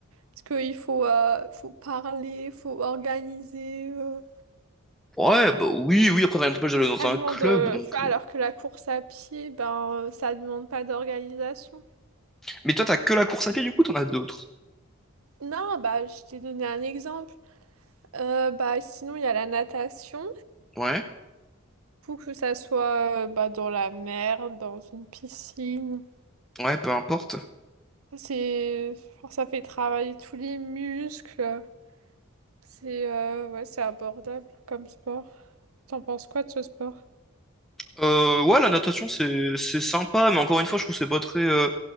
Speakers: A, on the right (about 80°); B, in the centre.
A: Parce qu'il faut, euh, faut parler, faut organiser. euh.
B: Ouais, bah oui, oui, après t'as une j'allais dans
A: Ça
B: un
A: demande,
B: club,
A: euh,
B: donc...
A: tu vois,
B: euh.
A: alors que la course à pied, ben, euh, ça demande pas d'organisation.
B: Mais toi, t'as que la course à pied, du coup, t'en as d'autres.
A: Non, bah, je t'ai donné un exemple. Euh, bah, sinon, il y a la natation.
B: Ouais,
A: Faut que ça soit euh, bah, dans la mer, dans une piscine.
B: ouais, peu importe.
A: C'est... enfin, ça fait travailler tous les muscles. C'est euh, ouais, c'est abordable comme sport. T'en penses quoi de ce sport?
B: Euh, ouais, la natation, c'est c'est sympa, mais encore une fois, je trouve que c'est pas très... euh,